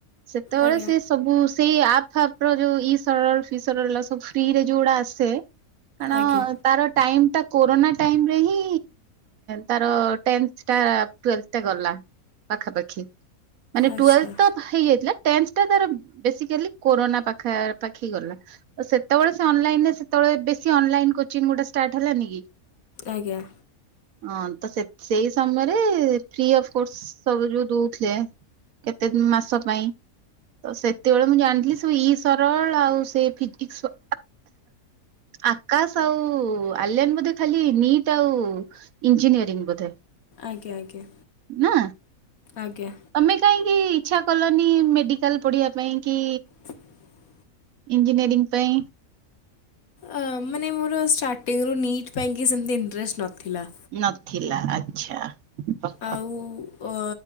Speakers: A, on the right (about 75°); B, on the left (about 75°).
A: ସେତେବେଳେ
B: ଆଜ୍ଞା
A: ସେ ସବୁ ସେଇ ଆପ୍ ଫାପ ର ଯୋଉ ଇ ସରଳ ଫି ସରଳ ସବୁ ଫ୍ରିରେ ଯୋଉଗୁଡା ଆସେ କାରଣ
B: ଆଜ୍ଞା
A: ତାର ଟାଇମଟା କୋରୋନା ଟାଇମରେ ହିଁ ତାର ଟେନ୍ଥଟା ଟ୍ୱେଲ୍ଭ ଟା ଗଲା ପାଖାପାଖି ମାନେ
B: ଆଚ୍ଛା
A: ଟ୍ୱେଲ୍ଭତ ହେଇଯାଇଥିଲା ଟ୍ରେନଶ୍ ଟା ବେଶିକାଲି କୋରୋନା ପାଖପାଖି ଗଲା। ତ ସେତେବେଳେ ସେ ଅନଲାଇନରେ ସେତେବେଳେ ବେଶ ଅନଲାଇନ କୋଚିଗି ଗୁଡା ଷ୍ଟାର୍ଟ ହେଲାନି କି
B: ଆଜ୍ଞା।
A: ହଁ ତ ସେଇ ସମୟରେ ଫ୍ରି ଅଫ କୋର୍ସ ସବୁ ଯୋଉ ଦଉଥିଲେ। କେତେ ଦି ମାସ ପାଇଁ ତ ସେତେବେଳେ ମୁଁ ଜାଣିଥିଲି ସବୁ ଇ ସରଳ ଆଉ ସେ ଫିଜିକ୍ସ ଆକାଶ ଆଉ ଆଲିଆନ ବୋଧେ ଖାଲି ନିଟ୍ ଆଉ ଇଞ୍ଜିନିୟରିଂ ବୋଧେ
B: ଆଜ୍ଞା ଆଜ୍ଞା
A: ନା
B: ଆଜ୍ଞା।
A: ତମେ କାହିଁକି ଇଛା କଲନି ମେଡିକାଲ ପଢିବା ପାଇଁ କି
B: <unintelligible>
A: ଇଞ୍ଜିନିୟରିଂ ପାଇଁ?
B: ଆ ମାନେ ମୋର ଷ୍ଟାର୍ଟିଂରୁୁ ନିଟ୍ ପାଇଁକି ସେମିତି ଇଣ୍ଟରେଷ୍ଟ ନଥିଲା।
A: ନଥିଲା ଆଛା। ଆ
B: ଆଉ